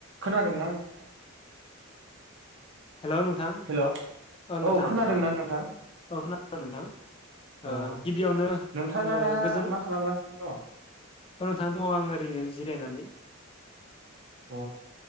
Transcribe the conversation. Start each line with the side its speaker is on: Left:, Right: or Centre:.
Right: खोनादोंना नों
Left: हेल' नोंथां
Right: हेलौ
Left: ओ नोंथां
Right: औ खोनादोंना
Left: ओ
Right: नोंथां?
Left: औ खोनादों नोंथां ओ
Right: अ
Left: गिबियावनो
Right: नोंथाङा
Left: ओ
Right: दा
Left: गोजोन
Right: मा खालामगासिनो दङ?
Left: औ नोंथां दङ आं ओरैनो जिरायनानै।
Right: अ